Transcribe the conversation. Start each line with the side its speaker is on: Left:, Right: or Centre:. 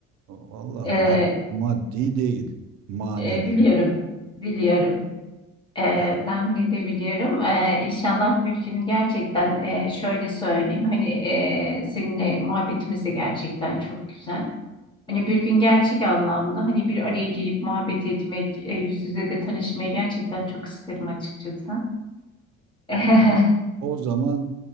Right: Valla
Left: Ee,
Right: mad maddi değil manevi.
Left: e, biliyorum, biliyorum. Ee,
Right: Yani,
Left: tahmin edebiliyorum. Ee, inşallah bir gün gerçekten e, şöyle söyleyeyim. Hani e, seninle muhabbetimiz de gerçekten çok güzel. Hani bir gün gerçek anlamda hani bir araya gelip muhabbet etmek, e, yüz yüze de tanışmayı gerçekten çok isterim açıkçası. <laughs>
Right: tamam. O zaman